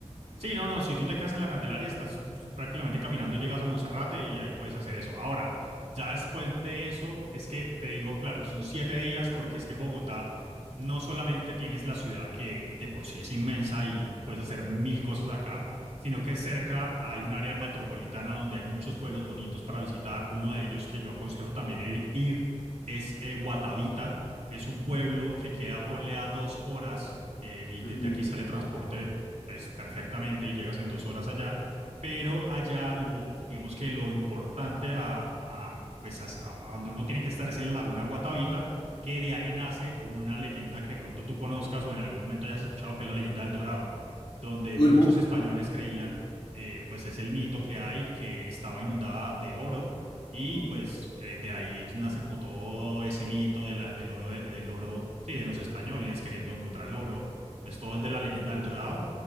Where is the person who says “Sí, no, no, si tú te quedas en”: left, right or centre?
Right